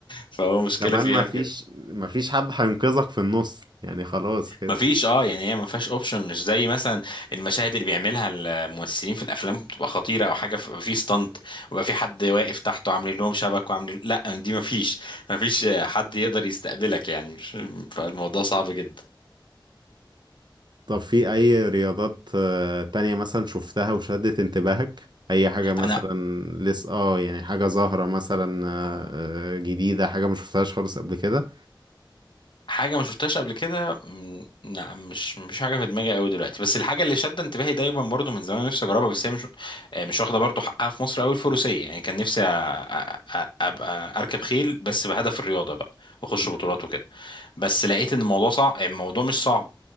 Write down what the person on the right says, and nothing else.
وكمان
مفيش
مفيش حد هينقذك في النص يعني خلاص كده
طب في أي رياضات آه، تانية مثلا شفتها وشدت انتباهك؟ أي حاجة مثلا
لسه اه يعني حاجة ظاهرة مثلا آه،
آه، جديدة حاجة ما شفتهاش خالص قبل كده؟
مم.